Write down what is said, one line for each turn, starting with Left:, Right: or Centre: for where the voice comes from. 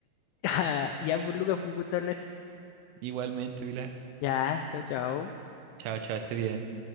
Left: Ya, ya, pues Lucas, fue un gusto hablar.
Right: Igualmente, Pilar.
Left: Ya, chao, chao.
Right: Chao, chao, esté bien.